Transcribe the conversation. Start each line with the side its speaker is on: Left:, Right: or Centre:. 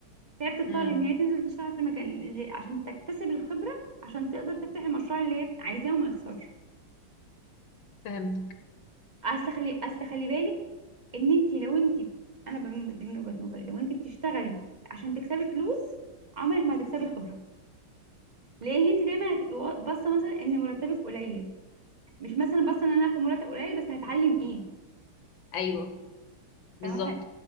Right: فهي بتضطر
Left: امم
Right: ان هي تنزل تشتغل في المكان اللي- عشان تكتسب الخبره عشان تقدر تفتح المشروع اللي هي عايزاه وما يخسرش
Left: فهمتك
Right: اصل خلي اصل خلي بالك ان انت لو انت انا بم- دي من وجهه نظري لو انت بتشتغلي عشان تكسبي فلوس عمرك ما هتكسبي خبره لان انت دايما هتبقي وا- باصه مثلا ان مرتبك قليل مش مثلا بس ان انا هاخد مرتب قليل بس هتعلم ايه
Left: ايوه بالظبط
Right: فاهمه ف-